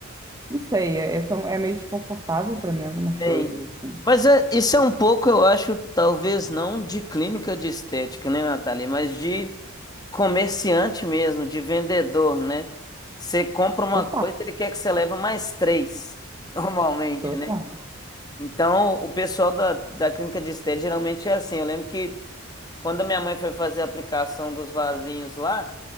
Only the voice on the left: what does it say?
Sim.
Mas é- isso é um pouco, eu acho, talvez não de clínica de estética, né, Natália? Mas de comerciante mesmo, de vendedor, né? Você compra uma
coisa, ele quer que você leva mais três, <laughs> normalmente,
né? Então, o pessoal da, da clínica de estética geralmente é assim. Eu lembro que. Quando a minha mãe foi fazer a aplicação dos vasinhos lá,